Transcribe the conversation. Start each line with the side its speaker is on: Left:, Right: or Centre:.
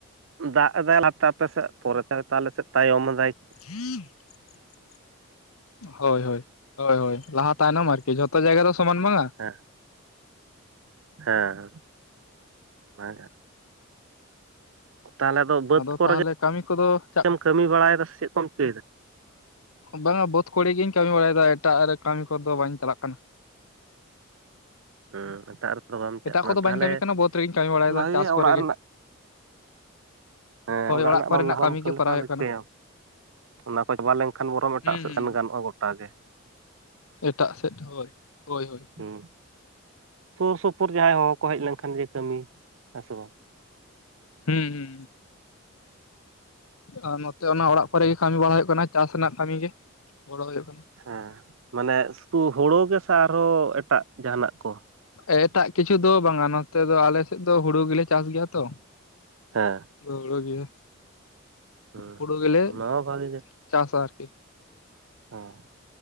Right: ᱫᱟᱜ ᱮᱫᱟᱭ ᱞᱟᱦᱟᱛᱮ ᱟᱯᱮ ᱥᱮᱫ ᱯᱚᱨᱮᱛᱮ ᱦᱚᱭ ᱛᱚ ᱟᱞᱮᱥᱮᱫ ᱛᱟᱭᱚᱢ ᱟᱫᱟᱭ᱾
Left: <unintelligible> ᱦᱳᱭ ᱦᱳᱭ ᱦᱳᱭ ᱦᱳᱭ ᱞᱟᱦᱟ ᱛᱟᱭᱱᱚᱢ ᱟᱨᱠᱤ ᱡᱷᱚᱛᱚ ᱡᱟᱭᱜᱟ ᱫᱚ ᱥᱚᱢᱟᱱ ᱵᱟᱝ-ᱟ
Right: ᱦᱮᱸ ᱦᱮᱸ ᱚᱱᱟᱜᱮ ᱟᱨ ᱛᱟᱦᱚᱞᱮ ᱫᱚ ᱵᱟᱹᱫᱽ
Left: ᱟᱫᱚ
Right: ᱠᱚᱨᱮᱜᱮᱢ
Left: ᱛᱟᱦᱚᱞᱮ ᱠᱟᱹᱢᱤ ᱠᱚᱫᱚ ᱪᱟᱜ
Right: ᱠᱟᱹᱢᱤ ᱵᱟᱲᱟᱭᱮᱫᱟ ᱥᱮ ᱪᱮᱫ ᱠᱚᱢ ᱪᱤᱠᱟᱹᱭᱮᱫᱟ?
Left: ᱵᱟᱝ-ᱟ ᱵᱟᱹᱫᱽ ᱠᱚᱨᱮ ᱜᱤᱧ ᱠᱟᱹᱢᱤ ᱵᱟᱲᱟᱭᱮᱫᱟ ᱮᱴᱟᱜ ᱨᱮ ᱠᱟᱹᱢᱤ ᱠᱚ ᱫᱚ ᱵᱟᱹᱧ ᱪᱟᱞᱟᱜ ᱠᱟᱱᱟ᱾
Right: ᱦᱮᱸ ᱮᱴᱟᱜ ᱨᱮᱫᱚ ᱵᱟᱢ ᱪᱟᱞᱟᱜ
Left: ᱮᱴᱟᱜ
Right: ᱠᱟᱱᱟ
Left: ᱠᱚᱫᱚ
Right: ᱛᱟᱦᱚᱞᱮ
Left: ᱵᱟᱹᱧ ᱠᱟᱹᱢᱤ ᱠᱟᱱᱟ ᱵᱟᱹᱫᱽ ᱨᱮᱜᱤᱧ ᱠᱟᱹᱢᱤ ᱵᱟᱲᱟᱭᱮᱫᱟ
Right: ᱵᱷᱟᱜᱮ
Left: ᱪᱟᱥ
Right: ᱜᱮ
Left: ᱠᱚᱨᱮ
Right: ᱚᱲᱟᱜ ᱨᱮᱱᱟᱜ᱾ ᱦᱮᱸ
Left: ᱦᱳᱭ
Right: ᱚᱲᱟᱜ ᱨᱮᱱᱟᱜ
Left: ᱠᱚᱨᱮᱱᱟᱜ
Right: ᱞᱟᱦᱟᱢ ᱠᱟᱹᱢᱤ
Left: ᱜᱮ
Right: ᱞᱮᱠᱷᱟᱱ
Left: ᱠᱚᱨᱟᱣ ᱦᱩᱭᱩᱜ
Right: ᱫᱚ
Left: ᱠᱟᱱᱟ
Right: ᱪᱤᱠᱟᱹᱭᱟᱢ? ᱚᱱᱟ ᱠᱚ ᱪᱟᱵᱟ ᱞᱮᱱᱠᱷᱟᱱ ᱵᱚᱨᱚᱝ ᱮᱴᱟᱜ
Left: ᱦᱩᱸ
Right: ᱥᱮᱫ
Left: ᱦᱩᱸ
Right: ᱥᱮᱱ ᱜᱟᱱᱚᱜ-ᱟ ᱜᱚᱴᱟᱜᱮ᱾
Left: ᱮᱴᱟᱜ ᱥᱮᱫ ᱦᱳᱭ ᱦᱳᱭ
Right: ᱦᱩᱸ ᱥᱩᱨ ᱥᱩᱯᱩᱨ ᱡᱟᱦᱟᱸᱭ ᱦᱚᱲ ᱠᱚ ᱦᱮᱡ ᱞᱮᱱᱠᱷᱟᱱ ᱜᱮ ᱠᱟᱹᱢᱤ ᱦᱮᱸ ᱥᱮ ᱵᱟᱝ
Left: ᱦᱮᱸ ᱦᱩᱸ ᱦᱩᱸ ᱟᱨ ᱱᱚᱛᱮ ᱚᱱᱟ ᱚᱲᱟᱜ ᱠᱚᱨᱮ ᱜᱮ ᱠᱟᱹᱢᱤ ᱵᱟᱲᱟ ᱦᱩᱭᱩᱜ ᱠᱟᱱᱟ ᱪᱟᱥ ᱨᱮᱱᱟᱜ ᱠᱟᱹᱢᱤ ᱜᱮ ᱜᱚᱲᱚ ᱦᱩᱭᱩᱜ ᱠᱟᱱᱟ᱾
Right: ᱦᱮᱸ ᱢᱟᱱᱮ ᱥᱩᱫᱷᱩ ᱦᱳᱲᱳ ᱜᱮᱥᱮ ᱟᱨᱦᱚᱸ ᱮᱴᱟᱜ ᱡᱟᱦᱟᱱᱟᱜ ᱠᱚ
Left: ᱮᱴᱟᱜ ᱠᱤᱪᱷᱩ ᱫᱚ ᱵᱟᱝᱟ ᱱᱚᱛᱮ ᱫᱚ ᱟᱞᱮ ᱥᱮᱫ ᱫᱚ ᱦᱩᱲᱩ ᱜᱮᱞᱮ ᱪᱟᱥ ᱜᱮᱭᱟ ᱛᱚ
Right: ᱦᱮᱸ
Left: <unintelligible> ᱜᱮᱭᱟ
Right: ᱦᱮᱸ
Left: ᱦᱩᱲᱩ ᱜᱮᱞᱮ
Right: ᱚᱱᱟ ᱦᱚᱸ ᱵᱷᱟᱜᱮ ᱜᱮ
Left: ᱪᱟᱥ-ᱟ ᱟᱨᱠᱤ᱾
Right: ᱦᱮᱸ᱾